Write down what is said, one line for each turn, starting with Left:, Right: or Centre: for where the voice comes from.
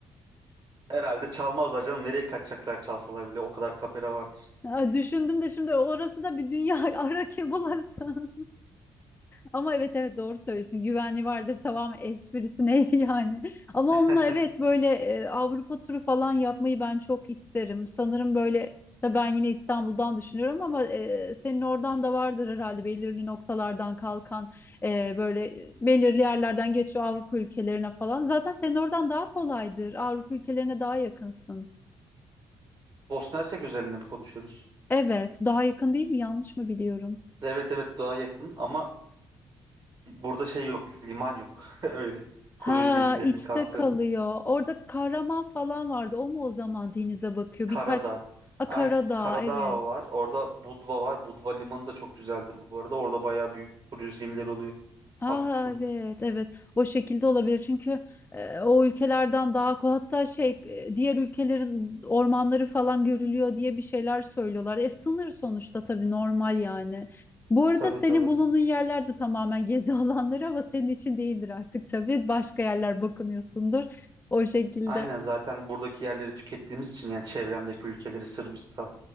Right: herhalde çalmazlar canım. Nereye kaçacaklar çalsalar bile o kadar kamera vardır.
Left: <laughs> Ay, Düşündüm de şimdi orası da bir dünya <laughs> ara kim bulasın. Ama evet evet doğru söylüyorsun. Güvenli vardır tamam esprisi neydi yani. <laughs> Ama
Right: <laughs>
Left: onunla evet böyle e, Avrupa turu falan yapmayı ben çok isterim. Sanırım böyle tabii ben yine İstanbul'dan düşünüyorum ama e, senin oradan da vardır herhalde belirli noktalardan kalkan e, böyle belirli yerlerden geçiyor Avrupa ülkelerine falan. Zaten senin oradan daha kolaydır. Avrupa ülkelerine daha yakınsın.
Right: Bosna Hersek özelinde mi konuşuyoruz?
Left: Evet, daha yakın değil mi? Yanlış mı biliyorum?
Right: Evet evet daha yakın ama Burada şey yok, liman yok. <laughs> Öyle.
Left: Ha
Right: Kruz gemilerinin
Left: içte
Right: kalktığı.
Left: kalıyor. Orada kahraman falan vardı. O mu o zaman denize bakıyor?
Right: Karadağ.
Left: Birkaç A
Right: Aynen.
Left: Karadağ
Right: Karadağ
Left: evet.
Right: var. Orada Budva var. Budva limanı da çok güzeldir bu arada. Orada bayağı büyük kruz gemileri oluyor.
Left: Aa
Right: Haklısın.
Left: evet evet. O şekilde olabilir. Çünkü e, o ülkelerden daha ko- hatta şey e, diğer ülkelerin ormanları falan görülüyor diye bir şeyler söylüyorlar. E sınır sonuçta tabii normal yani. Bu arada
Right: Tabii
Left: senin
Right: tabii.
Left: bulunduğun yerler de tamamen gezi <laughs> alanları ama senin için değildir artık tabii. Başka yerler bakınıyorsundur o şekilde.
Right: Aynen zaten buradaki yerleri tükettiğimiz için yani çevremdeki ülkeleri Sırbistan,